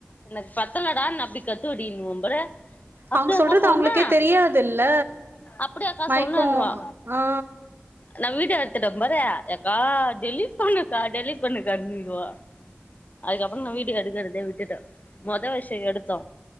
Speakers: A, on the left; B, on the right.
A: எனக்கு பத்தலடானு நா அப்டி கத்துவடினுவாம் பாரு அப்டியாக்கா
B: அவங்க சொல்றது
A: சொன்னா
B: அவங்களுக்கே தெரியாதுல்ல
A: அப்டியாக்கா
B: மயக்கோ
A: சொன்னான்னுவா
B: ஆ
A: நா வீடியோ எடுத்துட்டே பாரு எக்கா டெலி்ட் பண்ணுக்கா டெலிட் பண்ணுக்கா அப்டினுவா அதுக்கப்புறோ நா வீடியோ எடுக்குறதயே விட்டுட்டே மொத விஷ்யோ எடுத்தோ